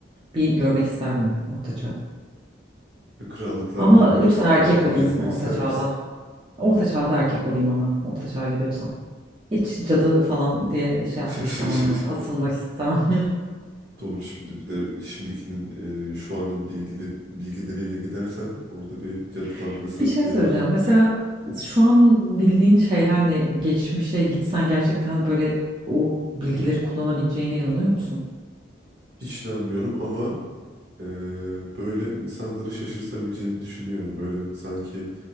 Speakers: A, on the right (about 25°); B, on the right (about 60°).
A: bir görmek isterdim orta çağı.
B: Böyle krallıklarda
A: Ama
B: böyle
A: lütfen erkek
B: e,
A: olayım
B: gezmek
A: orta
B: ister
A: çağda.
B: misin?
A: Orta çağda erkek olayım ama orta çağa gidiyorsam. Hiç cadı falan diye şey
B: <laughs>
A: yapmak istemem yani. Asılmak istemem.
B: Doğru şimdi bir de şimdikinin e, şu anın bilgiler, bilgileriyle gidersen orada bir cadı damgası
A: <laughs> Bir şey
B: yemen
A: söyleyeceğim. Mesela şu an bildiğin şeylerle geçmişe gitsen gerçekten böyle o bilgileri kullanabileceğine inanıyor musun?
B: hiç inanmıyorum ama e, böyle insanları şaşırtabileceğimi düşünüyorum. Böyle sanki